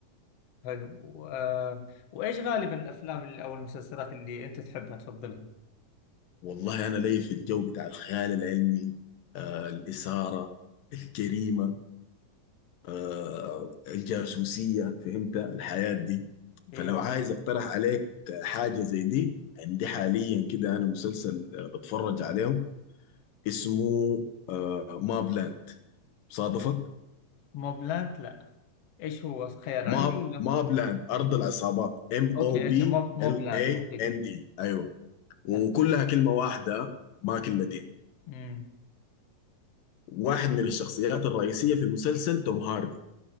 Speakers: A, on the left (about 55°); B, on the left (about 75°).
A: حلو و... آه، وايش غالبا الافلام اللي او المسلسلات اللي انت تحبها تفضلها
B: والله أنا لي في الجو بتاع الخيال العلمي آه الإثارة الجريمة آه، الجاسوسية فهمت الحياة دي فلو
A: ايوه
B: عايز اقترح عليك حاجة زي دي عندي حاليا كده انا مسلسل آه، بتفرج عليه اسمه ماب لاند صادفك
A: موب لاند لا ايش هو خيال علمي
B: ماب
A: ولا
B: ماب لاند ارض العصابات ام
A: اوكي
B: او
A: اوكي
B: بي
A: موب موب
B: ال
A: لاند
B: اي
A: اوكي
B: ان دي ايوه وكلها
A: لاند
B: كلمة واحدة ما كلمتين
A: امم
B: واحد من الشخصيات الرئيسية في المسلسل توم هاردي